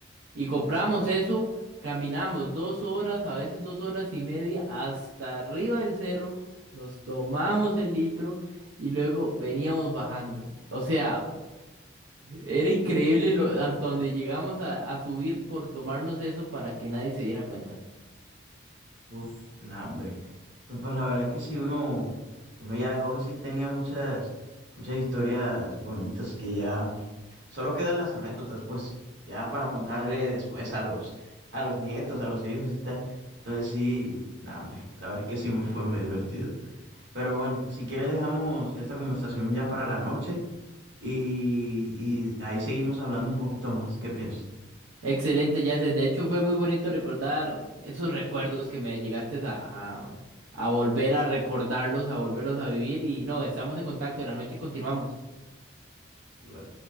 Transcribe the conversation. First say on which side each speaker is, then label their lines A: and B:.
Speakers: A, on the right; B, on the right.
A: Y compramos eso, caminamos dos horas, a veces dos horas y media, hasta arriba del cerro, nos tomamos el litro y luego veníamos bajando. O sea, era increíble lo, hasta donde llegamos a a subir por tomarnos eso para que nadie se diera cuenta.
B: Uf, no hombre. No, pues la verdad es que sí, uno, uno ya de joven sí tenía muchas, muchas historias bonitas, que ya solo quedan las anécdotas, pues, ya para contarle después a los, a los nietos, a los hijos y tal. Entonces sí, no hombre, la verdad es que sí me fue muy divertido. Pero bueno, si quieres dejamos esta conversación ya para la noche y, y ahí seguimos hablando un poquito más. ¿Qué piensas?
A: Excelente, Yacel. De hecho, fue muy bonito recordar esos recuerdos que me llegaste a, a, a volver a recordarlos, a volverlos a vivir. Y no, estamos en contacto. En la noche continuamos.
B: Igual.